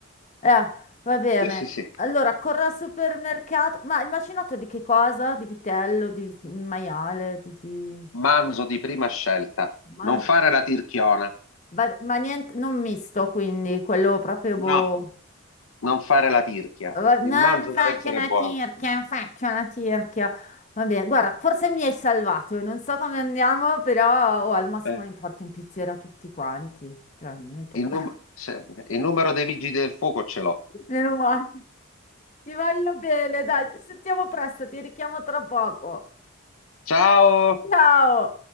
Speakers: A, on the left; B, on the left.
A: Eh, va bene.
B: sì, sì, sì.
A: Allora, corro al supermercato. Ma il macinato di che cosa? Di vitello, di maiale, di... di-
B: Manzo di prima scelta.
A: man-
B: Non fare la tirchiona.
A: va- Ma, niente, non misto, quindi, quello proprio boh.
B: No, non fare la tirchia.
A: Va- Non
B: Il manzo
A: faccio
B: deve essere
A: la
B: buono.
A: tirchia, faccio la tirchia. Va bene, guarda, forse mi hai salvato, io non so come andiamo, però oh, al massimo
B: Eh.
A: li porto in pizzeria tutti quanti. Cioè, mi metto
B: Il,
A: qua.
B: num- sempre. Il numero dei vigili del fuoco ce l'ho.
A: <laughs> Meno male. Ti voglio bene, dai, ci sentiamo presto, ti richiamo tra poco.
B: Ciao!
A: Ciao!